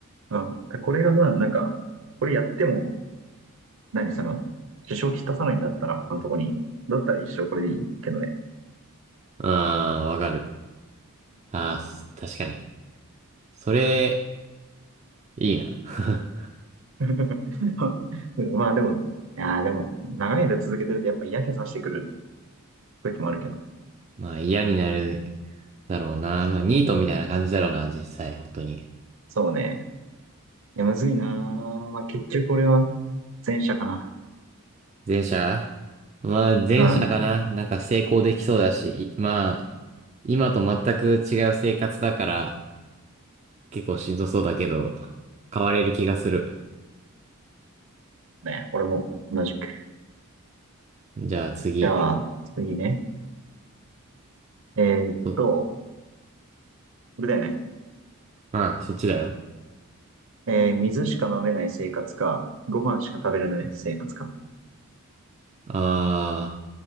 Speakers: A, on the right (about 60°); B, on the right (about 30°).
A: うん。これがさ、なんか、これやっても、何その、支障をきたさないんだったら他のとこに。だったら一生これでいいけどね。
B: うん、わかる。ああ、
A: うん。
B: す確かに。それ、いいな。<laughs>
A: <laughs> はいうんまあでも、いやーでも、長い間続けてるとやっぱ嫌気さしてくる時もあるけど。
B: まあ嫌になるだろうな。まあニートみたいな感じだろうな、
A: うん
B: 実際、本当に。
A: そうね。いや、むずいなー。まあ結局俺は前者かな。
B: 前者まあ、前者かな。
A: うん。
B: なんか成功できそうだし、いまあ、今と全く違う生活だから、結構しんどそうだけど、変われる気がする。
A: ね、俺も同じく。
B: じゃあ次。
A: じゃあ、次ね。えーっと、
B: そ、
A: これだよね。
B: うん、そっちだよ。
A: えー水しか飲めない生活か、ご飯しか食べれない生活か。
B: あ